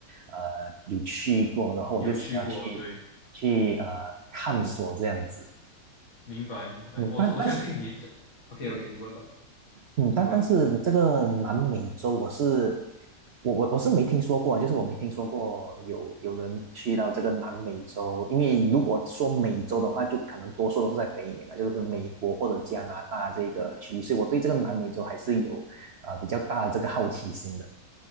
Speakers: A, on the right; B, on the left.
A: 呃，有去过，然后我就想要去去呃探索这样子。
B: 有去过，对，明白明白。
A: 嗯，
B: 我我相信你这，OK
A: 但但是，嗯
B: OK，你问吧，
A: 嗯，
B: 你问吧。
A: 但但是这个南美洲我是我我我是没听说过，就是我没听说过有有人去到这个南美洲，因为如果说美洲的话，就可能多数都是在北美嘛，就是美国或者加拿大这个区域，所以我对这个南美洲还是有啊、呃比较大的这个好奇心的。